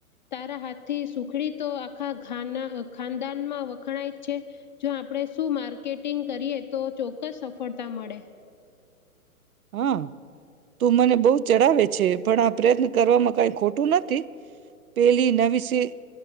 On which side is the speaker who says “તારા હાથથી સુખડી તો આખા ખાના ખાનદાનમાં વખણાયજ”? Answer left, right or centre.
Left